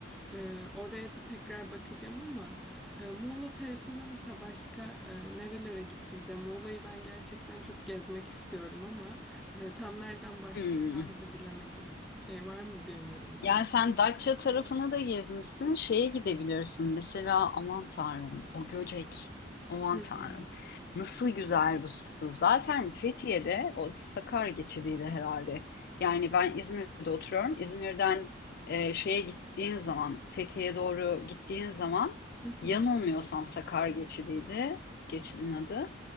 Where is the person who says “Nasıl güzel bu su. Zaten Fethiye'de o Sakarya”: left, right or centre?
Left